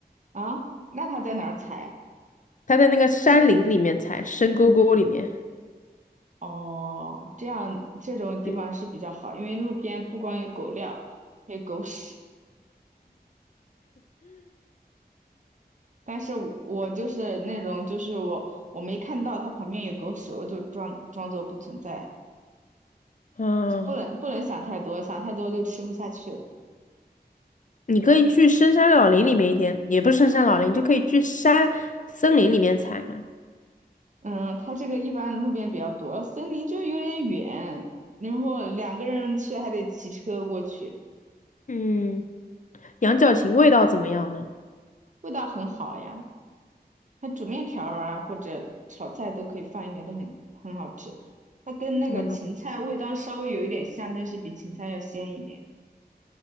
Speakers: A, on the right; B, on the left.
A: 啊，那它在哪儿采呀？
B: 他在那个山林里面采，深沟沟里面，
A: 哦，这样这种地方是比较好，
B: 嗯
A: 因为路边不光有狗料，还有狗屎。但是我我就是那种，就是我我没看到它旁边有狗屎，我就装装作不存在，
B: 嗯，
A: 就不能不能想太多，想太多就吃不下去了。
B: 你可以去深山老林里面一点，也不是深山老林，就可以去山森林里面采嘛，
A: 嗯，它这个一般路边比较多，森林就有点远，然后两个人去还得骑车过去，
B: 嗯，羊角芹味道怎么样呢？
A: 味道很好呀。它煮面条儿啊或者炒菜都可以放一点，都很很好吃。它跟那个芹菜味道稍微有一点像，
B: 嗯，
A: 但是比芹菜要鲜一点，